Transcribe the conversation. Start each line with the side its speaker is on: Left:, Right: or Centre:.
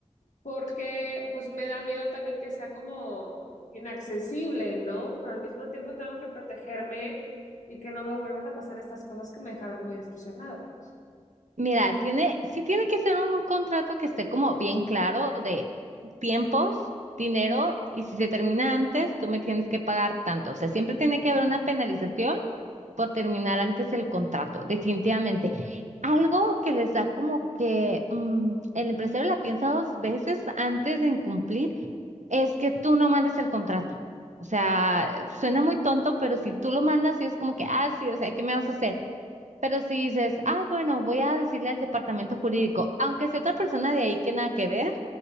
Left: porque pues me da miedo también que sea como inaccesible, ¿no? Pero al mismo tiempo tengo que protegerme y que no me vuelvan a pasar estas cosas que me dejaron muy decepcionada.
Right: Mira, tiene, sí tiene que ser un contrato que esté como bien claro de tiempos, dinero, y si se termina antes, tú me tienes que pagar tanto. O sea, siempre tiene que haber una penalización por terminar antes el contrato, definitivamente. Algo que les da como que mm, el empresario la piensa dos veces antes de incumplir es que tú no mandes el contrato. O sea, suena muy tonto, pero si tú lo mandas, y es como que, ah, sí, o sea, ¿qué me vas a hacer? Pero si dices, ah, bueno, voy a decirle al departamento jurídico, aunque sea otra persona de ahí que nada que ver,